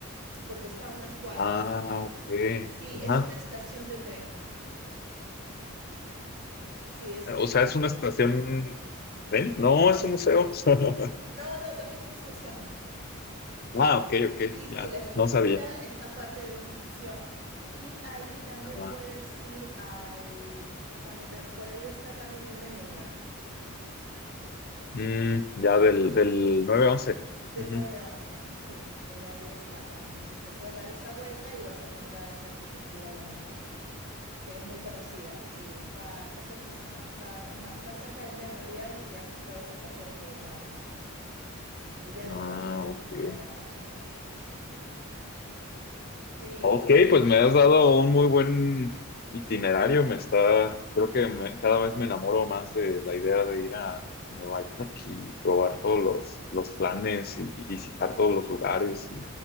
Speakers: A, on the right; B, on the left.
A: porque está a unas cuadras,
B: Ah, ok.
A: sí,
B: Ajá.
A: es una estación de tren, sí, es
B: Eh,
A: una
B: O
A: estación,
B: sea, es una estación... ¿Ven? No, es un museo. <laughs>
A: no, no, también es una estación,
B: Ah, ok, ok,
A: Sí, sí,
B: ya,
A: la estructura
B: no sabía.
A: está parte de una estación. Y ahí también
B: Ah,
A: puedes ir al... Cuando te- por ahí está también el Memorial.
B: mm, ya del, del nueve once
A: Es el
B: Ujú.
A: nueve once. sí, por ahí está también. Entonces te puedes dar esa vuelta y vas a encontrar esa arquitectura bonita, que es muy conocida. Sí, está, está cerquísima. Está, es más, está cerca del Memorial y te haces todo ese paseo por el downtown. Entonces ya
B: Ah,
A: después te vas
B: ok.
A: a comer a Chinatown. <laughs> Sí,
B: Ok, pues me has dado un muy buen itinerario. Me está, creo que me- cada vez me enamoro más de la idea de ir a, a Nueva York y probar todos los, los planes y, y visitar todos los lugares. Y